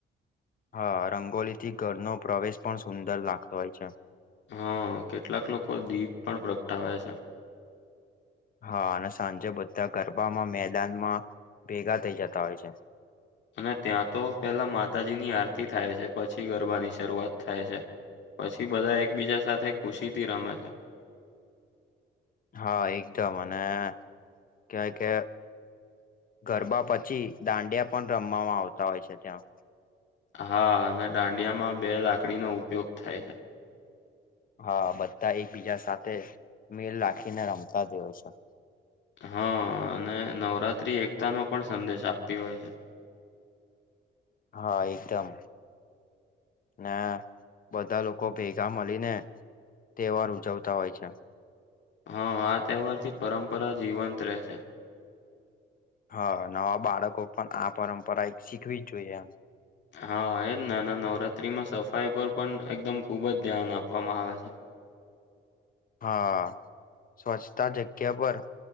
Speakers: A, on the left; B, on the left.
A: હા રંગોલી થી ઘરનો પ્રવેશ પણ સુંદર લાગતો હોય છે.
B: હ, કેટલાક લોકો દીપ પણ પ્રગટાવે છે.
A: હા અને સાંજે બધા ગરબામાં મેદાનમાં ભેગા થઇ જતા હોય છે.
B: અને ત્યાં તો પહેલા માતાજીની આરતી થાય છે, પછી ગરબાની સરૂઆત થાય છે. પછી બધા એકબીજા સાથે ખુશી થી રમે છે.
A: હા, એકદમ અને કેય કે ગરબા પછી દાંડિયા પણ રમવામાં આવતા હોય છે ત્યાં.
B: હા અને ડાંડિયામાં બે લાકડીનો ઉપયોગ થાય છે.
A: હા બધા એકબીજા સાથે મેલ લાખીને રમતા જોય છે.
B: હ અને નવરાત્રી એકતા નો પણ સંદેશ આપતી હોય છે.
A: હા એકદમ. ને બધા લોકો ભેગા મલીને તહેવાર ઉજવતા હોય છે.
B: હ, આ તહેવાર થી પરંપરા જીવંત રહે છે.
A: હ, નવા બાળકો પણ આ પરંપરા એક શીખવી જ જોઈએ એમ.
B: હા એને ને નવરાત્રીમાં સફાઈ પર પણ એકદમ ખુબ જ ધ્યાન આપવામાં આવે છે.
A: હા, સ્વચ્છતા જગ્યા પર